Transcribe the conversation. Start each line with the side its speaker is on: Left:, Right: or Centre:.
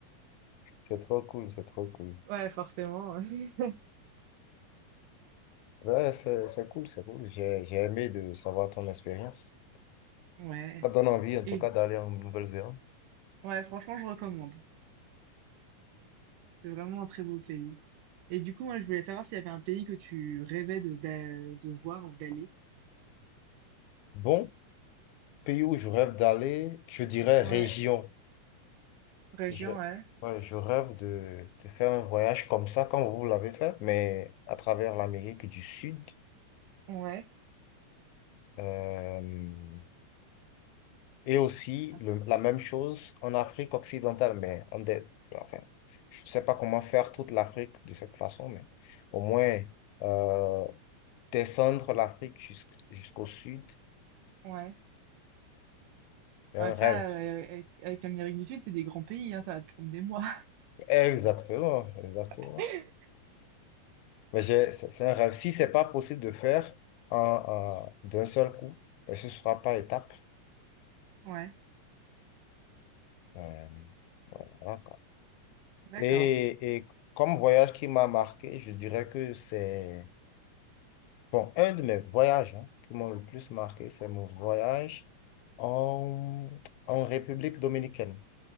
Left: c'est trop cool, c'est trop cool.
Right: <laughs> Ouais, forcément. ouais.
Left: Ouais, c'est c'est cool, c'est cool. J'ai j'ai aimé de savoir ton expérience.
Right: ouais.
Left: Ça donne envie, en
Right: Et
Left: tout cas, d'aller en Nouvelle-Zélande.
Right: ouais, franchement, je recommande. C'est vraiment un très beau pays. Et du coup, moi, je voulais savoir s'il y avait un pays que tu rêvais de, d'a- de voir ou d'aller.
Left: Bon, pays où je rêve d'aller, je dirais
Right: Ouais,
Left: région.
Right: région,
Left: Je,
Right: ouais,
Left: ouais, je rêve de, de faire un voyage comme ça, comme vous l'avez fait, mais à travers l'Amérique du Sud.
Right: ouais,
Left: euh, et aussi
Right: Ah, c-
Left: le- la même chose en Afrique occidentale, mais en dé- enfin, je ne sais pas comment faire toute l'Afrique de cette façon, mais au moins. euh, descendre l'Afrique jusqu- jusqu'au sud,
Right: ouais.
Left: c'est
Right: Ouais,
Left: un
Right: ça,
Left: rêve.
Right: euh, avec, avec l'Amérique du Sud, c'est des grands pays, hein, ça va te prendre des mois.
Left: Exactement, exactement.
Right: <laughs>
Left: Mais j'ai- c'est c'est un rêve. Si c'est pas possible de faire en, en- d'un seul coup, ben, ce sera par étapes.
Right: Ouais,
Left: Euh, voilà, quoi.
Right: d'accord.
Left: Et, et comme voyage qui m'a marqué, je dirais que c'est bon, un de mes voyages hein, qui m'ont le plus marqué, c'est mon voyage en, en République dominicaine.